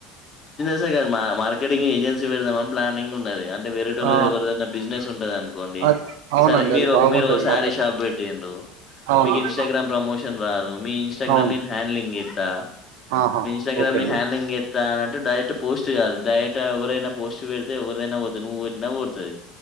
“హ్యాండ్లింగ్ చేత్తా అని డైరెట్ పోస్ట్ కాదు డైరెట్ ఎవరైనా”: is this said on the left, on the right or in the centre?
Left